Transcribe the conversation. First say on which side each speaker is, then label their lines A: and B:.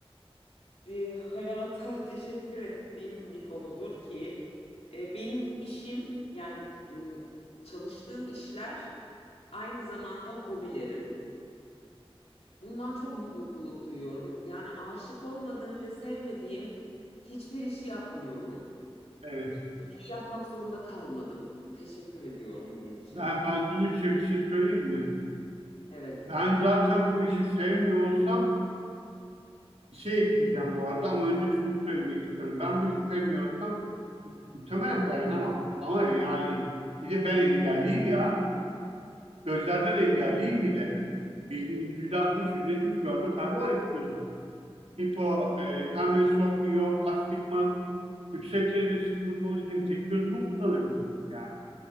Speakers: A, on the left (about 85°); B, on the right (about 80°).
A: e, hayata <laughs> teşekkür ettiğim bir konudur ki e, benim işim yani m, çalıştığım işler aynı zamanda hobilerim. Bundan çok büyük mutluluk duyuyorum. Yani aşık olmadığım ve sevmediğim hiçbir işi yapmıyorum
B: Evet.
A: ve yapmak zorunda kalmadım. Teşekkür ediyorum bunun için.
B: Ben, ben dürüstçe bir şey söyleyeyim mi?
A: Evet.
B: Ben zaten bu işi sevmiyor olsam bir şey ekleyeceğim bu arada ama önce şunu söylemek istiyorum. Ben bu işi sevmiyorsam muhtemelen dayanamam. Ama yani bir de ben engelliyim ya. Gözlerden engelliyim bir de. Bildiğiniz %60, %70 görme kaybı var iki gözümde. Hipo, e, pembe sok, miyop, astigmat, yüksek derecesi sırf olduğu için tek gözümü kullanabiliyorum yani.